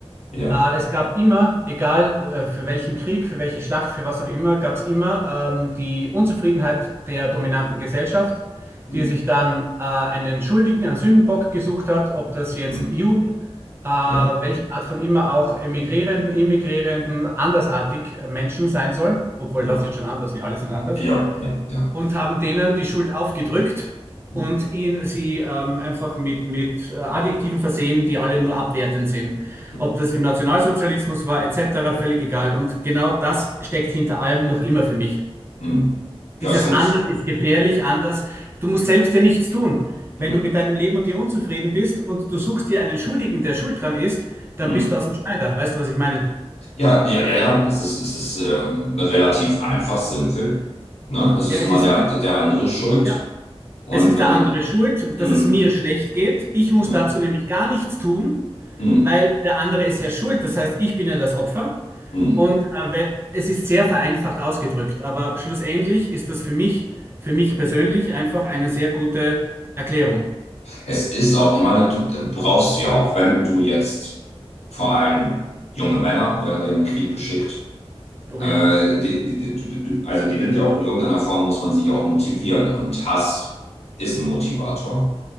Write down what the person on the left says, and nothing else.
ja,
hm,
hm,
ja,
ja,
ja, ja, ja.
Hm,
hm,
hm. Ja,
es funktioniert.
Hm,
hm.
Ja, ja, ja, ja. Es ist, es ist ähm, relativ einfach, simpel. Ne? Es
ist immer
der, der andere schuld.
Und
wenn
man.
Hm,
ne?
Hm,
hm.
Es ist auch, ich meine, du äh, brauchst du ja auch, wenn du jetzt vor allem junge Männer werden ja in den Krieg geschickt.
Äh,
die, die, die, die, die- also die sind ja auch in irgendeiner Form, muss man sie ja auch motivieren. Und Hass ist ein Motivator.